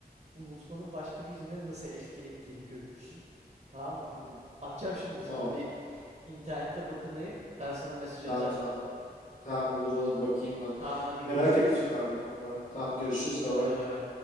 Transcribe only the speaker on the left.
Hmm,
tamam.
Tamam
tamam. Tamam olur olur bakayım ben.
Merak
ettim yani bu konuda. Tamam görüşürüz baba.